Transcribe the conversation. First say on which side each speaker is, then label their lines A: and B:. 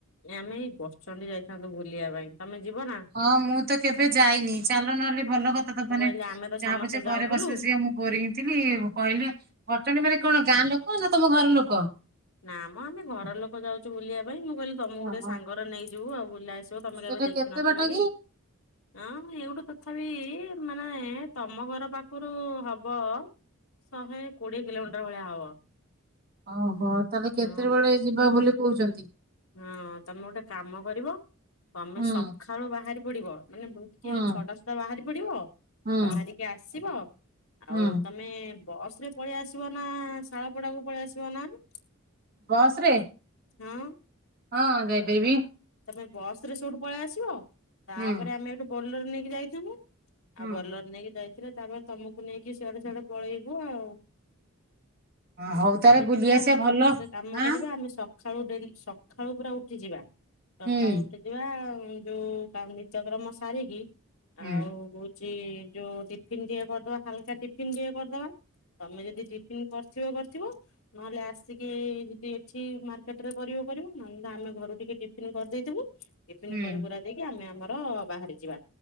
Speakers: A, on the left (about 75°); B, on the right (about 45°).
A: ଆମେ ଏଇ ଗଛଚଣ୍ଡ ଯାଇ। ତାଙ୍କୁୁ ବୁଲିବା ପାଇଁ। ତମେ ଯିବ ନା
B: ହଁ ମୁଁ ତ କେବୋ? ଯାଇନି ଚାଲ ନହେଲେ ଭଲ କଥା ତ
A: ମୁଁ
B: ମାନେ
A: କହିଲି ଆମେ ତ
B: ଯାହା
A: ସମସ୍ତେ
B: ପୁଛେ
A: ଯାଉଥିଲୁ
B: ଘରେ ବସି ବସି କା ମୁଁ ବୋରହଉଥିଲି କହିଲେ ବଟଣୀ ମାନେ କଣ ଗାଁ ଲୋକ ହଁ ନା ତମ ଘର ଲୋକ।
A: ନା ମ ଆମେ ଘର ଲୋକ ଯାଉଛୁ ବୁଲିବା ପାଇଁ ମୁଁ କହିଲି ତମକୁ ଗୋଟେ
B: ଓହୋ
A: ସାଙ୍ଗର ନେଇ ଯିବୁ ଆଉ ବୁଲା- ଯ ତମେ
B: ସେଟା
A: କେବେ ଦେଖିନଥିବ
B: କେତେ ବାଟ
A: କି ଆଁ ଏଇଠୁ ତଥା ବିି ନାଇଁ ତମ ଘର ପାଖରୁ ହବ ଶହେ କୋଡିଏ କିଲୋମିଟର ଭଳିଆ ହବ।
B: ଓହୋ ତାହେଲେ କେତେବେଳେ
A: ହଁ
B: ଯିବା ବୋଲି କହୁଛନ୍ତି?
A: ହଁ ତମେ ଗୋଟେ କାମ କରିବ ତମେ
B: ହୁଁ
A: ସଖାଳୁ ବାହାରି ପଡିବ। ମାନେ ମୁଁ ଟିକେ
B: ହୁଁ
A: ଛଅଟା ସୁଧା ବାହାରି ପଡିବ
B: ହୁଁ
A: ବାହାରିକି ଆସିବ ଆଉ
B: ହୁଁ
A: ତମେ ବସ୍ ରେ ପଳେଇ ଆସିବ ନା ଶାଳପଡାକୁ ପଳେଇ ଆସିବ ଜଣାମ
B: ବସ୍ ରେ।
A: ହଁ।
B: ହଁ ଯାଇପାରିବି।
A: ତମେ ବସ୍ ରେ ସେଇଠୁ ପଳେଇ ଆସିବ ତାପରେ
B: ହୁଁ
A: ଆମେ ଏଇଠୁ ବୋଲର ନେଇକି ଯାଇ କେମ
B: ହୁଁ
A: ଆଉ ବୋଲର ନେଇକି ଯାଇ ଥିଲେ ତାପରେ ତମକୁ ନେଇକି ସିଆଡେ ସଆଡେ ପଳେଇବୁ ଆଉ।
B: ହଉ ତାହେଲେ
A: ଆମେ
B: ବୁଲି
A: ଯିବା
B: ଆସିବା
A: ଗୋଟେ
B: ଭଲ
A: କାମ
B: ଆଁ
A: କରିବା ଆମେ ସଖାଳୁ ଡେଲି ସଖାଳୁ ପୁରା ଉଠ କୁ ଯିବା। ସକାଳୁ
B: ହୁଁ।
A: ଉଠି ଯିବା ଆଉ। ଯୋଉତା ନିତ୍ୟକ୍ରମ ସାରିକି
B: ହୁଁ
A: ଆଉ ଯୋଉ ଟିଫିନ ଟେ କରିଦବା ହାଲକା ଟିଫିନ ଟେ କରିଦବା ତମେ ଯଦି ଟିଫିନ କର କରିଥିବ କରିଥିବ ନହେଲେ ଆସିକି ଯଦି ଏଠି ମାର୍କେଟ ରେ କରିବ କରିବ ନହେ ଆମେ ଘରୁ ଟିକେ କରିଦେଇଥିବୁ। ଟିଫିନ୍
B: ହୁଁ
A: କରି କୁରା ଦେଇକି ଆମେ ଆମର ଅ ବାହାରି ଯିବା